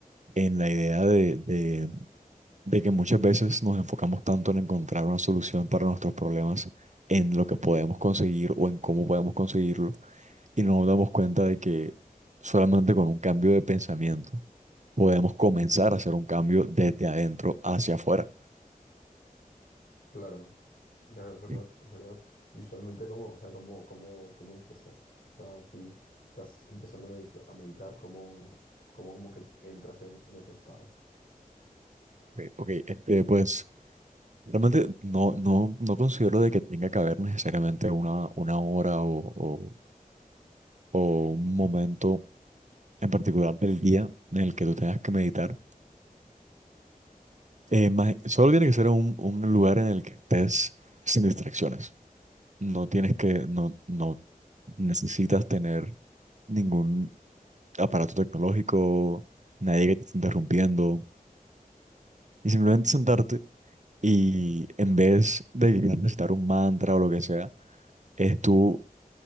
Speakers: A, on the right; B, on the left.
A: en la idea de, de- de que muchas veces nos enfocamos tanto en encontrar una solución para nuestros problemas, en lo que podemos conseguir o en cómo podemos conseguirlo, y no nos damos cuenta de que solamente con un cambio de pensamiento podemos comenzar a hacer un cambio desde adentro hacia afuera.
B: Claro, claro, es verdad,
A: Sí.
B: es verdad. Y usualmente, ¿cómo, o sea, cómo, cómo, cómo empiezas? O sea, si estás empezando a medis- a meditar, ¿cómo, cómo, cómo que entras en, en ese estado?
A: Ok, ok, este, pues realmente no, no, no considero de que tenga que haber necesariamente una, una hora o, o o un momento en particular del día en el que tú tengas que meditar Eh, ma- solo tiene que ser un, un lugar en el que estés sin distracciones. No tienes que, no, no necesitas tener ningún aparato tecnológico, nadie que te esté interrumpiendo. Y simplemente sentarte y en vez de quizás necesitar un mantra o lo que sea, es tú